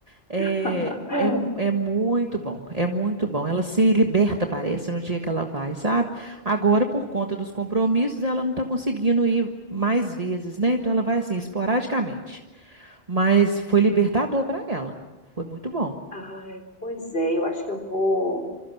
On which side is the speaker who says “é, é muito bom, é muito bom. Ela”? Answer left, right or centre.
Right